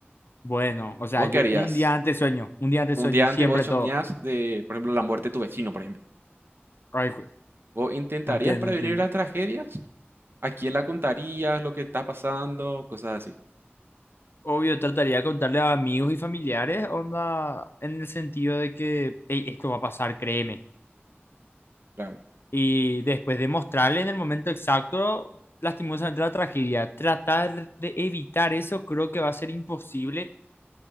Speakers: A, on the left (about 60°); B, on the right (about 60°).
A: Bueno, o sea,
B: ¿Vos
A: yo
B: qué harías?
A: un día antes sueño, un día antes
B: Un
A: sueño,
B: día
A: siempre
B: antes vos soñás
A: todo.
B: de, por ejemplo, la muerte de tu vecino, por ejemplo.
A: Ay, jue-
B: ¿Vos intentarías
A: entiendo,
B: prevenir
A: entiendo.
B: las tragedias ¿A quién la contarías lo que está pasando? Cosas así.
A: Obvio, trataría de contarle a amigos y familiares, onda, en el sentido de que "Ey, esto va a pasar, créeme.
B: Claro,
A: Y después de mostrarle en el momento exacto, lastimosamente la tragedia, tratar de evitar eso creo que va a ser imposible